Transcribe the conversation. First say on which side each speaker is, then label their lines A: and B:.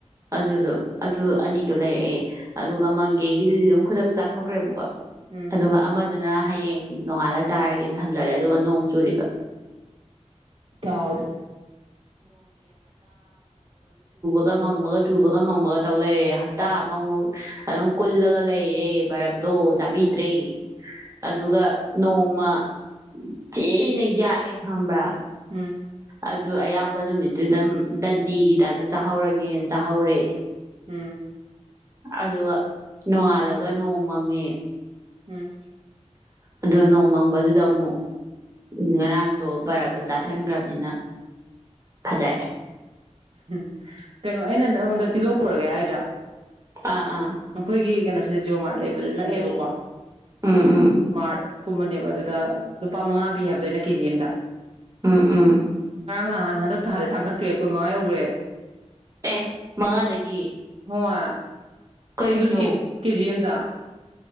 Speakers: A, on the right; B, on the right.
A: ꯑꯗꯨꯗꯣ ꯑꯗꯨ ꯑꯅꯤꯗꯣ ꯂꯩꯔꯛꯑꯦ ꯑꯗꯨꯒ ꯃꯪꯒꯦꯒꯤꯗꯨꯗꯤ ꯑꯗꯨꯝ ꯈꯨꯗꯛ ꯆꯥꯊꯣꯛꯈ꯭ꯔꯦꯕꯀꯣ
B: ꯎꯝ
A: ꯑꯗꯨꯒ ꯑꯃ ꯑꯗꯨꯅ ꯍꯌꯦꯡ ꯅꯣꯡꯉꯥꯜꯂꯒ ꯆꯥꯔꯒꯦ ꯊꯝꯖꯜꯂꯦ ꯑꯗꯨꯒ ꯅꯣꯡ ꯆꯨꯔꯤꯕ
B: ꯇꯥꯎꯗꯦ
A: ꯒ ꯃꯪꯕꯒ ꯆꯨꯕꯒ ꯃꯪꯕꯒ ꯇꯧ ꯂꯩꯔꯦ ꯍꯞꯇꯥ ꯑꯃꯃꯨꯛ ꯑꯗꯨꯝ ꯀꯨꯜꯂꯒ ꯂꯩꯔꯦ ꯚꯔꯞꯇꯣ ꯆꯥꯕꯤꯗ꯭ꯔꯦ ꯑꯗꯨꯒ ꯅꯣꯡꯃ ꯆꯦꯅ ꯌꯥꯛꯑꯦ ꯈꯪꯕ꯭ꯔꯥ
B: ꯎꯝ
A: ꯑꯗꯨ ꯑꯌꯥ ꯆꯄ ꯅꯨꯃꯤꯠꯇꯨ ꯑꯗꯨꯝ ꯗꯟꯗꯤꯒꯤ ꯇꯥꯏꯞꯇ ꯆꯥꯍꯧꯔꯒꯦꯅ ꯆꯥꯍꯧꯔꯦ
B: ꯎꯝ
A: ꯑꯗꯨꯒ ꯅꯣꯡꯉꯥꯜꯂꯒ ꯅꯣꯡ ꯃꯪꯉꯦ
B: ꯎꯝ
A: ꯑꯗꯣ ꯅꯣꯡꯃꯪꯕꯗꯨꯗ ꯑꯃꯨꯛ ꯉꯔꯥꯡꯗꯣ ꯕꯔꯞꯇꯣ ꯆꯥꯁꯤꯟꯈ꯭ꯔꯕꯅꯤꯅ ꯐꯖꯔꯦ
B: ꯎꯝ ꯀꯩꯅꯣ ꯑꯩꯅ ꯅꯪꯉꯣꯟꯗ ꯇꯤꯜꯍꯧ ꯄꯨꯔꯒꯦ ꯍꯥꯏꯗ꯭ꯔꯥ
A: ꯑꯥ ꯑꯥ
B: ꯑꯩꯈꯣꯏꯒꯤ ꯀꯩꯅꯣ ꯁꯤꯗ ꯖꯤꯑꯣꯣ ꯃꯥꯔꯠ ꯂꯩꯕꯗ ꯅꯛꯑꯦꯕꯀꯣ
A: ꯎꯝ ꯎꯝ
B: ꯃꯥꯔꯠ ꯀꯨꯝꯕꯅꯦꯕ ꯑꯗꯨꯗ ꯂꯨꯄꯥ ꯃꯉꯥ ꯄꯤ ꯍꯥꯏꯕꯗ ꯑꯩꯅ ꯀꯦꯖꯤ ꯑꯝꯗ
A: ꯑꯝ ꯎꯥ
B: ꯅꯍꯥꯟ ꯍꯟꯗꯛꯇ ꯊꯥꯟꯔꯗꯤ ꯊꯥꯡꯈꯠꯈ꯭ꯔꯦ ꯀꯨꯟ ꯃꯉꯥ ꯌꯧꯈ꯭ꯔꯦ
A: ꯑꯦ ꯃꯉꯥꯗꯒꯤ
B: ꯍꯉ
A: ꯀꯩꯅꯣ
B: ꯑꯗꯨꯁꯨ ꯀꯦꯖꯤ ꯑꯝꯗ